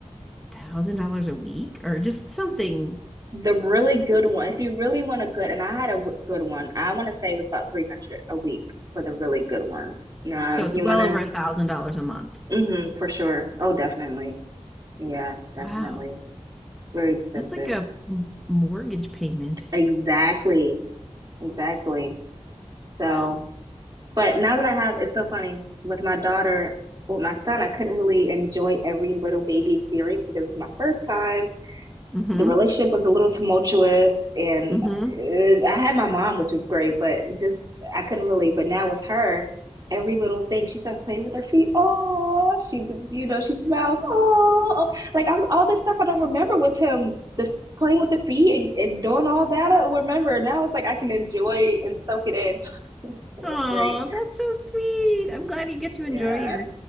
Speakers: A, in the centre; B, on the right.
A: thousand dollars a week or just something?
B: the really good one. If you really want a good, and I had a w- good one, I want to say it was about 300 a week for the really good one. Now,
A: So
B: if
A: it's
B: you
A: well
B: want to,
A: over a thousand dollars a month.
B: hmm for sure. Oh, definitely. Yeah, definitely.
A: Wow.
B: Very expensive.
A: That's like a m- mortgage payment.
B: Exactly. Exactly. So,
A: Wow.
B: but now that I have, it's so funny with my daughter, with my son, I couldn't really enjoy every little baby experience because it was my first time
A: Mm-hmm.
B: the relationship was a little tumultuous and
A: Mm-hmm.
B: it, I had my mom, which was great, but just I couldn't really. But now with her, every little thing, she starts playing with her feet. Oh, she, you know, she smiles. Oh, like I'm, all this stuff I don't remember with him, the playing with the feet and, and doing all that. I remember now it's like I can enjoy and soak it in. <laughs> it was
A: Oh,
B: great.
A: that's so sweet. I'm glad you get to
B: Yeah.
A: enjoy your